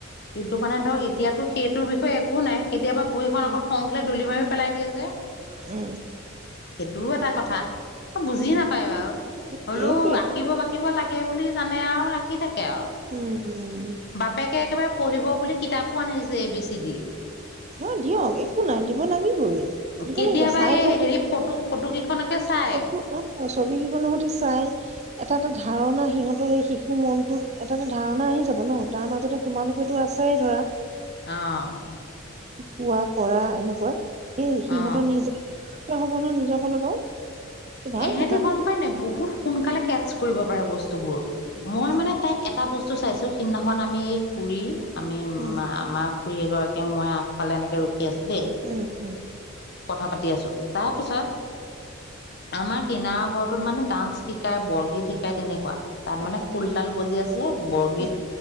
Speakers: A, on the left; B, on the right.
A: কিন্তু মানে ধৰক এতিয়াতো সেইটোৰ বিষয়ে একো নাই কেতিয়াবা বহি খন
B: উম,
A: আকৌ খং উঠিলে দলি মাৰিও পেলাই দিয়ে যে
B: অ'
A: সেইটোও এটা কথা বুজি নাপায় বাৰু হলেও
B: সেইটোৱে
A: আঁকিব বাকিব লাগে বুলি জানে আৰু আঁকি থাকে আৰু
B: উম'
A: বাপেকে একেবাৰে পঢ়িব বুলি কিতাপো আনিছে এ বি চি দি।
B: নহয় দিয়ক একো নাই দিব লাগিবই দিব
A: কেতিয়াবা
B: লাগিব চাই
A: এই
B: থাকি
A: হেৰি ফটো ফটো কিখন খনকে চাই
B: ফটো অ' ছবি কেইখনৰ সৈতে চাই এটা এটা ধাৰণা সিহঁতৰ এই শিশু মনটোত এটা এটা ধাৰণা আহি যাব ন তাৰ মাজতে তোমালোকেতো আছেইে ধৰা।
A: অঁ'
B: কোৱা কৰা এনেকুৱা সেই সিহঁতৰ
A: অ
B: নিজে হব ন নিজৰ ফালৰ পৰাও ভাল
A: এহেঁতি
B: কথা
A: গম পাই নাই বহুত সোনকালে কেটছ কৰিব পাৰে বস্তুবোৰ।
B: উম,
A: মই মানে তাইক এটা বস্তু চাইছো সিদিনাখন আমি এই খুুৰী আমি আমাৰ
B: উম,
A: খুৰী এগৰাকীয়ে মই আগফালে এনেকে ৰখি আছো দেই
B: উম, উম,
A: কথা পাতি আছো তাৰ পিছত আমাৰ কিনাৰ ঘৰৰটোত মানে ডান্স শিকায় বৰগীত শিকায় তেনেকুৱা তাত
B: অ',
A: মানে খোলতাল বজি আছে যে বৰগীত
B: উম,